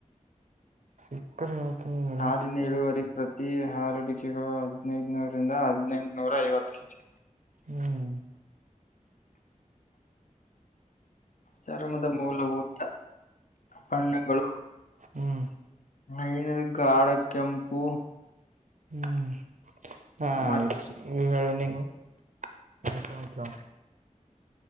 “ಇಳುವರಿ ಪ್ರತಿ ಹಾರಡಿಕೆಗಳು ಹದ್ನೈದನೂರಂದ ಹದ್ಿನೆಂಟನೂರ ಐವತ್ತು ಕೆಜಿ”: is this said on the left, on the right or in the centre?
Left